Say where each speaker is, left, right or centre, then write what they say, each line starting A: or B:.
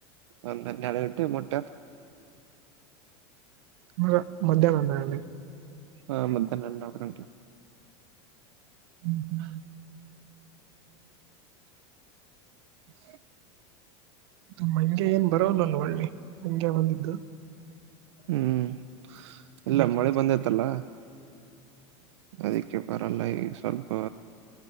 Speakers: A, on the right; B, on the right.
A: ಒಂದ್ ಎಡು ಗಂಟೆಗೆ ಮುಟ್ಟತ್
B: ಮರ ಮಧ್ಯಾಹ್ನನ ಅಲ್ಲಿ
A: ಹಾ ಮಧ್ಯಾಹ್ನ ಎಲ್ಲಿ ನ ಗಂಟ
B: ಹ್ಮ್ ಹ್ಮ್
A: ಹ
B: ಇದು ಹಂಗೆ ಏನ್ ಬರಲ್ಲಲ್ ಒಳ್ಳೆ ಹಂಗೆ ಬಂದಿದ್ದು
A: ಹ್ಮ್ ಇಲ್ಲ
B: ಕಿಟಕಿ
A: ಮಳೆ ಬಂದೈತಲ್ಲ ಅದಕ್ಕೆ ಬರಲ್ಲ ಈ ಸ್ವಲ್ಪ